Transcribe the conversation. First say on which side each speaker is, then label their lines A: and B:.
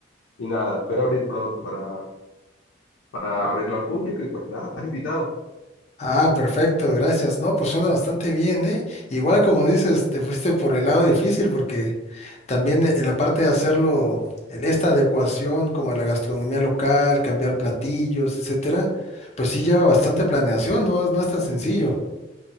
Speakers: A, on the left; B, on the left.
A: y nada, espero abrir pronto para, para abrirlo al público y pues nada, estás invitado.
B: Ah, perfecto, gracias. No, pues suena bastante bien, ¿eh? Igual como dices, te fuiste por el lado difícil porque también eh, en la parte de hacerlo, en esta adecuación como a la gastronomía local, cambiar platillos, etcétera, pues sí lleva bastante planeación, ¿no? es- No es tan sencillo.